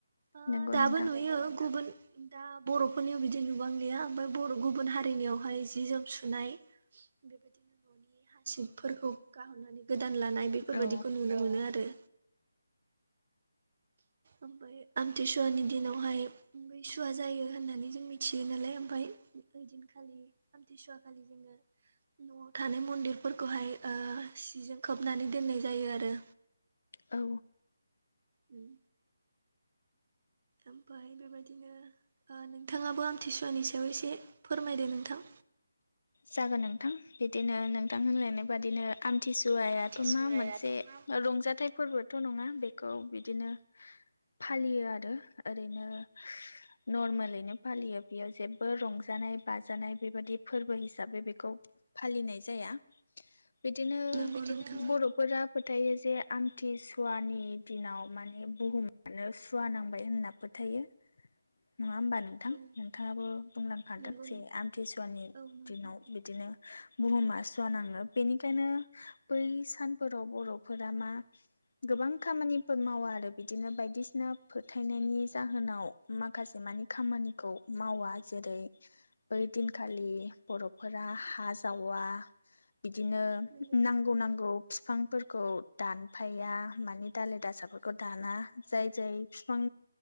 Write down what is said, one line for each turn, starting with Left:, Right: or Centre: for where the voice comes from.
Right: आ
Left: नंगौ
Right: दाब
Left: नोंथां
Right: नुयो गुबोन दा बर'फोरनियाव बिदि नुबां गैया ओमफ्राय बर' गुबुन हारिनियावहाय जि जोम सुनाय बेबायदिनो न'नि हासिबफोरखौ गाहरनानै गोदान लानाय बेफोरबायदिखौ
Left: औ
Right: नुनो मोनो आरो। ओमफ्राय आमथिसुवानि दिनावहाय सुवा जायो होननानै जों मिथियो नालाय ओमफ्राय ओइ दिनखालि आथि सुवा खालि जोङो न'आव थानाय मन्दिरफोरखौहाय सिजों खोबनानै दोननाय जायो आरो
Left: औ
Right: उम ओमफाय बेबायदिनो ओ नोंथाङाबो आमथिसुवानि सायाव एसे फोरमायदो नोंथां
Left: जागोन नोंथां बिदिनो नोंथां होनलायनाय बादिनो आमथिसुवायाथ'
Right: आमथिसुवायाथ'
Left: मा मोनसे
Right: मा
Left: रंजाथाइ फोरबोथ' नङा बेखौ बिदिनो फालियो आरो ओरैनो नर्मेलैनो फालियो बेयाव जेबो रंजानाय बाजानाय बेबायादि फोरबो हिसा हिसाबै बेखौ फालिनाय जाया बिदिनो
Right: नंगौ नोंथां
Left: बर' फोर फोथायो जे आमथि सुवानि दिनाव माने बुहुमानो सुवा नांबाय होनना फोथायो नङा होमबा नोंथां
Right: औ
Left: नोंथाङाबो बुंलांखादों
Right: नंगौ
Left: जे
Right: नोंथां
Left: आमथिसुवानि
Right: औ नंगौ
Left: दिनाव बिदिनो बुहुमा सुवा नाङो बेनिखायनो बै सानफोराव बर'फोरा मा गोबां खामानिफोर मावा आरो बिदिनो बायदिसिना फोथायनायनि जाहोनाव माखासे मानि खामानिखौ मावा जेरै बै दिनखालि बर'फोरा हा जावा बिदिनो
Right: नंगौ
Left: नांगौ नांगौ बिफांफोरखौ दानफाया माने दाालाय दासाफोरखौ दाना जाय जाय बिफां